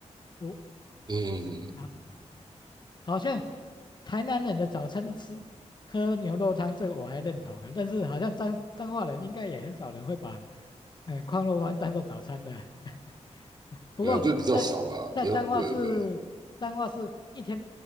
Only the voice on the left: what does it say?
我
啊，好像台南人的早餐吃喝牛肉汤，这个我还认同啊，但是好像彰彰化人应该也很少人会把，哎，矿肉饭当做早餐的。<laughs> 不过在在彰化市，
彰化市一天